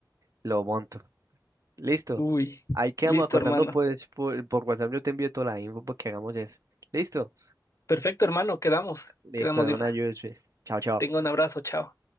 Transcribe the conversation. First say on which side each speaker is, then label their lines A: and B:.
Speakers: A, on the right (about 45°); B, on the left (about 45°).
A: lo monto. Listo.
B: Uy,
A: Ahí quedamos
B: listo,
A: acordando,
B: hermano.
A: pues, por, por WhatsApp yo te envío toda la info para que hagamos eso. Listo.
B: Perfecto, hermano, quedamos,
A: Listo,
B: quedamos
A: de
B: de
A: una
B: una.
A: ayuda. Chao, chao.
B: Tenga un abrazo, chao.